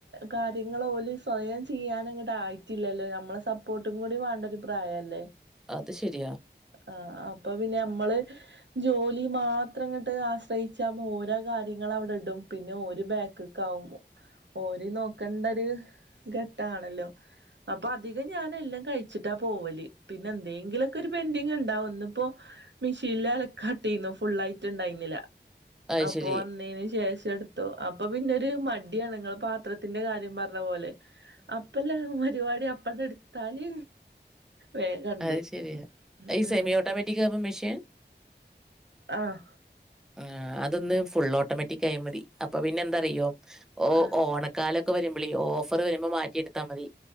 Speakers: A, on the right (about 80°); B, in the centre.
A: കാര്യങ്ങൾഓല് സ്വയം ചെയ്യാനങ്ങോട്ട ആയിട്ടില്ലല്ലോ നമ്മളെസപ്പോ ർട്ടും കൂടി വേണ്ട ഒരു പ്രായം അല്ലേ
B: അത് ശരിയാ
A: ആഹ് അപ്പൊ പിന്നെ നമ്മള് ജോലി മാത്രം ഇങ്ങട്ട് ആശ്രയിച്ച ഓരോ കാര്യങ്ങൾ അവിടെ ഇടും പിന്നെ ഒരു ബാക്ക് കാവും ഓര് നോക്കേണ്ട ഒരു ഘട്ടണല്ലോ അപ്പൊ അധികം ഞാൻ എല്ലാം കഴിച്ചിട്ടാ പോവൽ പിന്നെ എന്തെങ്കിലുംക്കെ ഒരു പെൻഡിങ് ഉണ്ടാവും ഇന്നി ഇപ്പോ ഫില്ല അലകാൻ ഇട്ടിനു ഫുള്ളായിട്ട്ണ്ടായിന്നില്ല
B: അത്
A: അപ്പൊ
B: ശരി.
A: വന്നതിന് ശേഷം എടു ത്തൂ അപ്പൊ പിന്നെരു മടിയാണ് നിങ്ങള് പാത്രത്തിന്റെ കാര്യം പറഞ്ഞ പോലെ അപ്പല്ലേ പരിപടി അപ്പ എടുത്താല് വേഗണ്ട്
B: അത് ശരിയാ ഈ
A: ഉം
B: സെമി ഓട്ടോമാറ്റിക് ആവുമ്പോ മെഷീൻ
A: ആഹ്
B: ആഹ് അതൊന്ന് ഫുൾ ഓട്ടോമാറ്റിക് ആയ മതി അപ്പൊ പിന്നെ എന്താറിയോ ഓ
A: ആഹ്
B: ഓണക്കാലൊക്കെ വരുമ്പോളി ഓഫർ വരുമ്പോ മാറ്റി എടുത്താൽ മതി